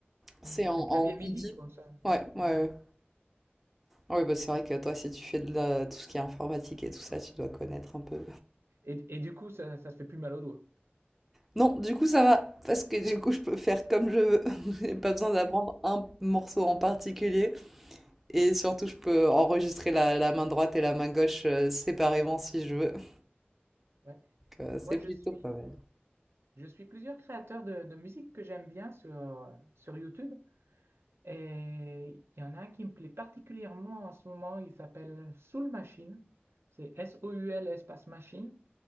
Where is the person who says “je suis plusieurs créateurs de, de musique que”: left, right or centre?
Right